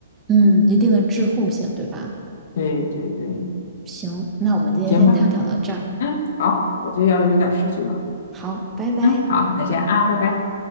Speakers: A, on the right (about 15°); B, on the left (about 55°).
A: 嗯，一定的滞后性，对吧？
B: 对对对，
A: 行，那我们今天先探讨到这儿。
B: 行吧，嗯，好，我这要有点事情了，
A: 好，拜拜。
B: 嗯，好，那这样啊，拜拜。